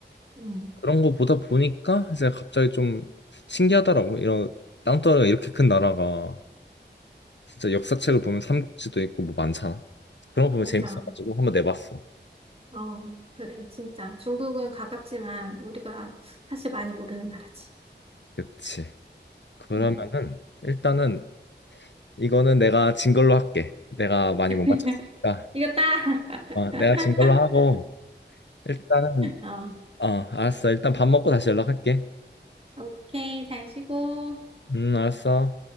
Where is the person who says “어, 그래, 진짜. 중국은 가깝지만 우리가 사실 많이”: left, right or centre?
Right